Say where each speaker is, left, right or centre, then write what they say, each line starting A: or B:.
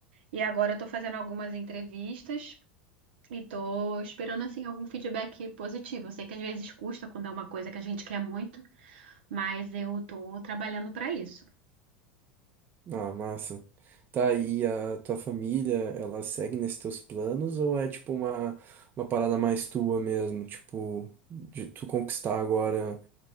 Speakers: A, on the right (about 70°); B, on the right (about 35°).
A: e agora eu estou fazendo algumas entrevistas e estou esperando assim algum feedback positivo. Eu sei que às vezes custa quando é uma coisa que a gente quer muito, mas eu estou trabalhando para isso.
B: Ah, massa. Tá, e a tua família, ela segue nesses teus planos ou é tipo uma, uma parada mais tua mesmo? Tipo, de tu conquistar agora